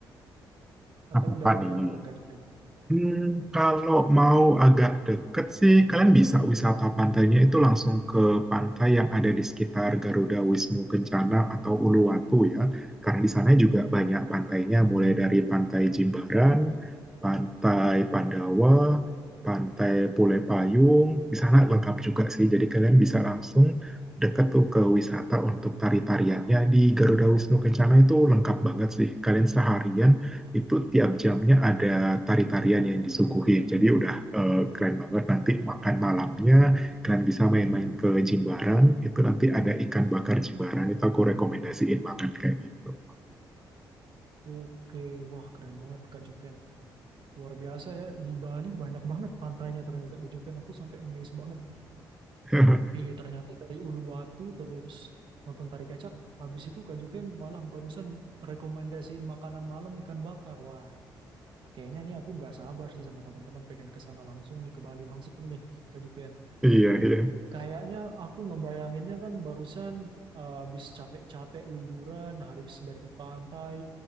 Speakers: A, on the right; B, in the centre.
A: Atau
B: apa
A: udah oke
B: nih?
A: menurut Kak Juven?
B: Hmm, kalau mau agak deket sih, kalian bisa wisata pantainya itu langsung ke pantai yang ada di sekitar Garuda Wisnu Kencana atau Uluwatu ya. Karena di sana juga banyak pantainya, mulai dari Pantai Jimbaran, Pantai Pandawa, Pantai Pule Payung. Di sana lengkap juga sih, jadi kalian bisa langsung deket tuh ke wisata untuk tari-tariannya di Garuda Wisnu Kencana itu lengkap banget sih. Kalian seharian itu tiap jamnya ada tari-tarian yang disuguhin. Jadi udah eh, keren banget nanti makan malamnya kalian bisa main-main ke Jimbaran, itu nanti ada ikan bakar Jimbaran itu aku rekomendasiin banget kayak gitu.
A: Oke, wah keren banget Kak Juven. Luar biasa ya, di Bali banyak banget pantainya ternyata Kak Juven. Aku sampai amazed banget.
B: <laughs>
A: Oke, ternyata dari Uluwatu terus nonton tari kecak. Habis itu Kak Juven malah barusan rekomendasiin makanan malam ikan bakar. Wah, kayaknya nih aku nggak sabar sih sama teman-teman pengen ke sana langsung nih ke Bali langsung nih Kak Juven.
B: Iya,
A: Nah,
B: iya.
A: kayaknya aku ngebayanginnya kan barusan eh, habis capek-capek liburan, habis dari pantai,